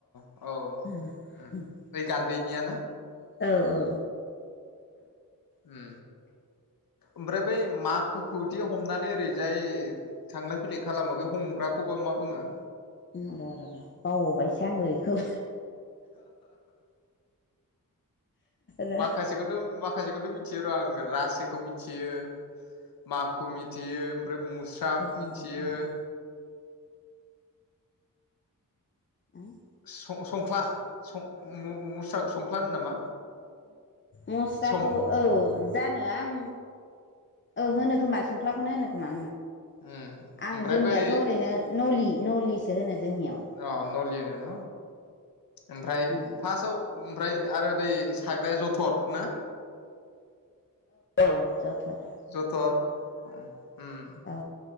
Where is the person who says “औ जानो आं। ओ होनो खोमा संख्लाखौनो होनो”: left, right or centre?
Left